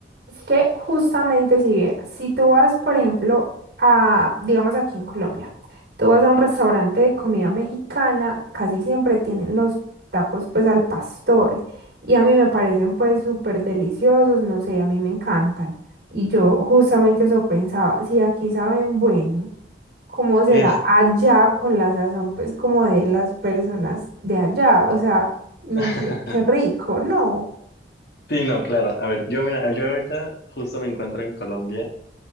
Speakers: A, on the right; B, on the left.
A: Es que justamente si vieras, si tú vas, por ejemplo, a, digamos aquí en Colombia, tú vas a un restaurante de comida mexicana, casi siempre tienen los tacos pues al pastor y a mí me parecen pues súper deliciosos, no sé, a mí me encantan. Y yo justamente eso pensaba, si aquí saben bueno, ¿cómo será
B: Es...
A: allá con la sazón pues como de las personas de allá? O sea, no
B: <laughs>
A: sé, qué rico, ¿no?
B: Sí, no, claro. A ver, yo mira, yo ahorita justo me encuentro en Colombia.